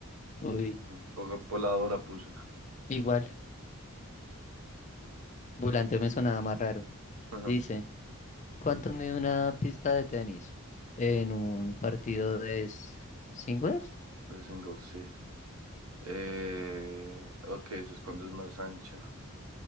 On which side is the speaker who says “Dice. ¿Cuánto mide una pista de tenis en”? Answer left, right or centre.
Left